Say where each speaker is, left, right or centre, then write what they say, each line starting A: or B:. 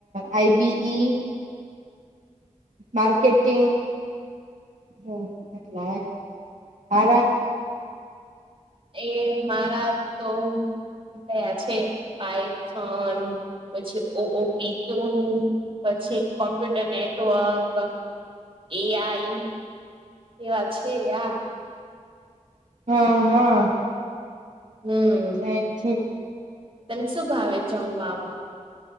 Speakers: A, on the right; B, on the right.
A: આઈ બી ઈ માર્કેટિંગ હ એટલા હારા
B: એ મારા તો કયા છે પઇફન પછી ઓ ઓપી ટુ પછી કોમ્પ્યુટર નેટવર્ક એઆઈ એ વાત છે આ
A: હા હા
B: હમ
A: એ જ
B: તને શું ભાવે જમવામાં